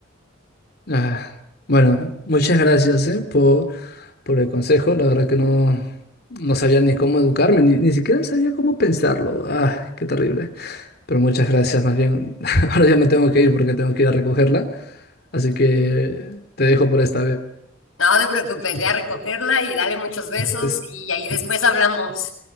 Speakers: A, on the left (about 50°); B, on the left (about 80°).
A: Ah, bueno, muchas gracias, eh, por, por el consejo. La verdad que no, no sabía ni cómo educarme, ni, ni siquiera sabía cómo pensarlo. Ah, qué terrible. Pero muchas gracias, más bien. <laughs> Ahora ya me tengo que ir porque tengo que ir a recogerla. Así que te dejo por esta
B: No te preocupes, ya recogerla y dale muchos besos
A: vez.
B: y ahí después hablamos.